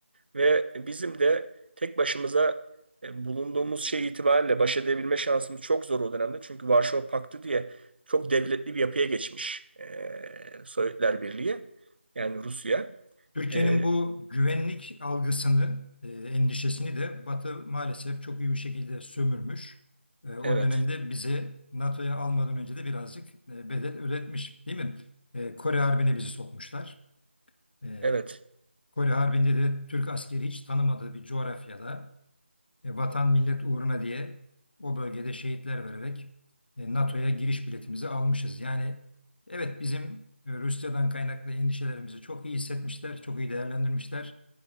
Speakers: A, on the right; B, on the left.
A: ve bizim de tek başımıza e, bulunduğumuz şey itibariyle baş edebilme şansımız çok zor o dönemde. Çünkü Varşova Paktı diye çok devletli bir yapıya geçmiş e, Sovyetler Birliği yani Rusya.
B: Türkiye'nin
A: E,
B: bu güvenlik algısını, e, endişesini de Batı maalesef çok iyi bir şekilde sömürmüş. E, O
A: evet,
B: dönemde bizi NATO'ya almadan önce de birazcık e, bedel ödetmiş, değil mi? E, Kore Harbi'ne bizi sokmuşlar. E,
A: evet.
B: Kore Harbi'nde de Türk askeri hiç tanımadığı bir coğrafyada e, vatan millet uğruna diye o bölgede şehitler vererek e, NATO'ya giriş biletimizi almışız. Yani evet bizim e, Rusya'dan kaynaklı endişelerimizi çok iyi hissetmişler, çok iyi değerlendirmişler.